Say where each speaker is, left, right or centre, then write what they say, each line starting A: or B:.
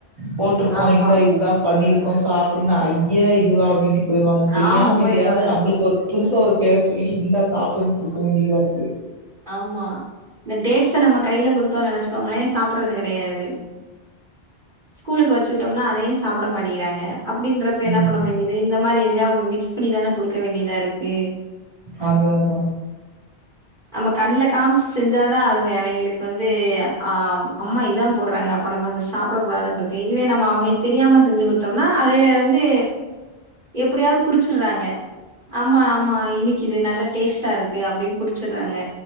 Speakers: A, on the right; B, on the right.
A: போட்ருக்கோ
B: ஆமா.
A: இந்த இதுதா பண்ணிருக்கோ சாப்டு ன்னு ஐய இதுவா அப்படின்ட்டு போயிருவாங்க தெரியாம
B: ஆமா போயிருவாங்க.
A: எதயாவது நம்மளுக்கு ஒரு புதுசா ஒரு பேர சொல்லி இந்த சாப்டுன்னு குடுக்க வேண்டியதா இருக்கு
B: ஆமா இந்த டேட்ஸ நம்ம கைல குடுத்தோ நெனைச்சுக்கோங்களேன் சாப்ட்றது கெடையாது ஸ்கூலுக்கு வச்சு உட்டோம்னா அதையு சாப்ட மாட்டக்கிறாங்க அப்படின்றப்ப என்ன
A: ம்
B: பண்ண வேண்டியது இந்த மாரி எதையாவது ஒன்னு மிக்ஸ் பண்ணிதான குடுக்க வேண்டியதா இருக்கு
A: அது அதா
B: நம்ம கண்ல காமிச்சு செஞ்சாதா அதுவு அவிங்களுக்கு வந்து அ அம்மா இதா போட்றாங்க அப்ப நம்ம வ சாப்ட கூடாதுன் சொல்ட்டு இதுவே நம்ம அவங்களுக்கு தெரியாம செஞ்சு குடுத்தோம்னா அதுவே வந்து எப்படியாவது குடிச்சிட்றாங்க ஆமா ஆமா இனனைக்கு இது நல்ல டேஸ்ட்டா இருக்கு அப்படின் குடிச்சறாங்க